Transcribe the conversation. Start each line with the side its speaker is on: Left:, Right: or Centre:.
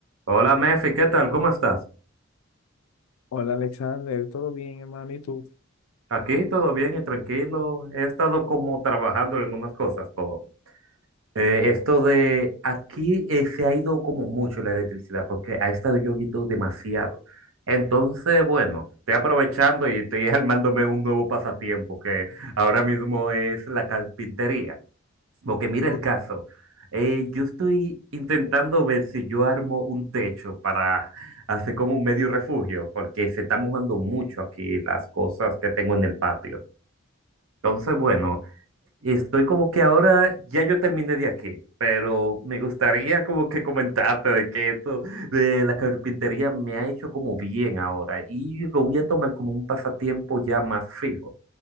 Right: Hola, Mefi, ¿qué tal? ¿Cómo estás?
Left: Hola Alexander, ¿todo bien, hermano? ¿Y tú?
Right: Aquí todo bien y tranquilo. He estado como trabajando en algunas cosas con eh, esto de aquí eh, se ha ido como mucho la electricidad porque ha estado lloviendo demasiado. Entonces, bueno, estoy aprovechando y estoy <laughs> armándome un nuevo pasatiempo que ahora mismo es la carpintería. Porque mira
Left: O-
Right: el caso. eh, yo estoy intentando ver si yo armo un techo para hacer como un medio refugio, porque se está mojando mucho aquí las cosas que tengo en el patio. Entonces, bueno, estoy como que ahora ya yo terminé de aquí, pero me gustaría como que comentarte de que esto de la carpintería me ha hecho como bien ahora y lo voy a tomar como un pasatiempo ya más fijo.